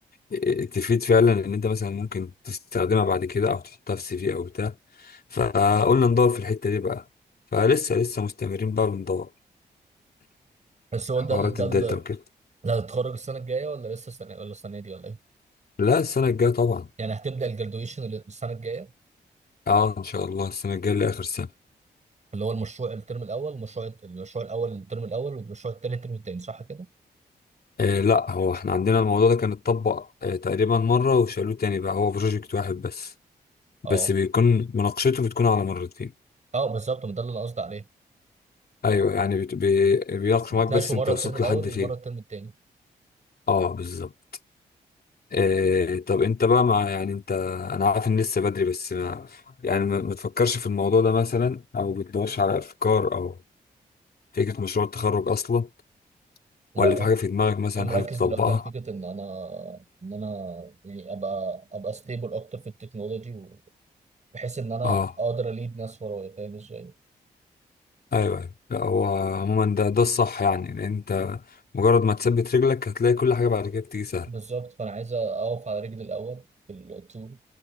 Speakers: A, on the left; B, on the right.
A: آه، تفيد فعلا ان انت مثلا ممكن تستخدمها بعد كده او تحطها في سي في او بتاع فقلنا ندور في الحته دي بقى فلسه لسه مستمرين بقى بندور
B: بس هو ده
A: حوارات
B: ال- ده
A: الداتا
B: ال-
A: وكده
B: ده هتتخرج السنه الجايه ولا لسه السنه ولا السنه دي ولا ايه؟
A: لا السنه الجايه طبعا
B: يعني هتبدا الجرادويشن السنه الجايه
A: اه ان شاء الله السنه الجايه اللي اخر سنه
B: اللي هو المشروع الترم الاول المشروع المشروع الاول الترم الاول والمشروع التاني الترم التاني صح كده؟
A: آه لا هو احنا عندنا الموضوع ده كان اتطبق آه تقريبا مره وشالوه تاني بقى هو بروجكت واحد بس
B: اه
A: بس بيكون مناقشته بتكون على مرتين
B: اه بالظبط ما ده اللي انا قصدي عليه
A: ايوه يعني بت... بي... بيناقش
B: بتناقشوا
A: معاك بس انت
B: مره
A: وصلت
B: الترم الاول
A: لحد
B: ومره
A: فين
B: الترم التاني
A: اه بالظبط آه طب انت بقى مع يعني انت انا عارف ان لسه بدري بس ما... يعني ما... ما تفكرش في الموضوع ده مثلا او بتدورش على افكار او فكره مشروع التخرج اصلا
B: لا
A: ولا في حاجه في دماغك مثلا
B: انا مركز
A: حابب تطبقها
B: دلوقتي على فكره ان انا ان انا يعني ابقى ابقى ستيبل اكتر في التكنولوجي بحيث ان انا
A: اه
B: اقدر اليد ناس ورايا فاهم ازاي
A: ايوه ايوه لا هو عموما ده ده الصح يعني لان انت مجرد ما تثبت رجلك هتلاقي كل حاجه بعد كده بتيجي سهله
B: بالظبط فانا عايز اقف على رجلي الاول في الطول